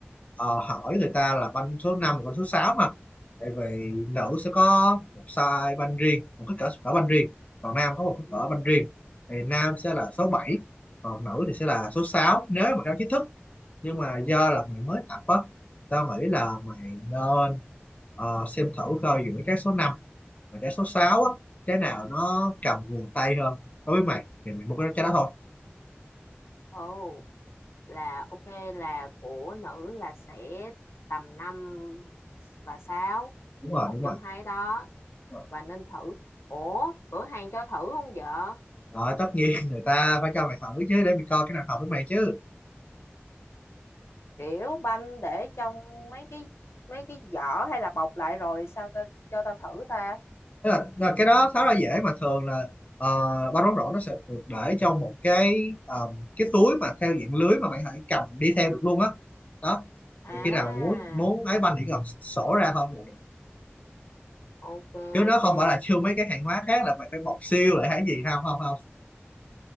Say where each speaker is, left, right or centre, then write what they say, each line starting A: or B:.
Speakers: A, on the left; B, on the left.
A: ờ, hỏi người ta là banh số 5 và banh số 6 mà tại vì nữ sẽ có một size banh riêng một kích cỡ, cỡ banh riêng còn nam có một kích
B: Ừ.
A: cỡ banh riêng thì nam sẽ là số bảy còn nữ thì sẽ là số 6 nếu mà theo chính thức nhưng mà do là mày mới tập á thì tao nghĩ là mày nên ờ, xem thử coi giữa trái số 5 và trái số 6 á trái nào nó cầm vừa tay hơn đối với mày thì mày mua cái trái đó thôi
B: Ồ, là ok là của nữ là sẽ tầm 5 và 6,
A: đúng rồi
B: một
A: đúng
B: trong
A: rồi
B: hai đó
A: Đúng rồi
B: và nên thử. Ủa, cửa hàng cho thử không vợ?
A: Rồi, tất nhiên người ta phải cho mày thử chứ để mày coi cái nào hợp với mày chứ
B: kiểu banh để trong mấy cái mấy cái giỏ hay là bọc lại rồi sao ta, cho tao thử ta
A: Tức là, là cái đó khá là dễ mà thường là uh, ba rón rổ nó sẽ được để trong một cái ờ, cái túi mà theo dạng lưới mà mày phải cầm đi theo được luôn á đó.
B: À,
A: thì khi nào muốn muốn ấy banh chỉ cần sổ ra không là được
B: ok
A: chứ nó
B: ok.
A: không phải là siêu mấy cái hàng hóa khác là mày phải bọc siêu lại hay gì không không không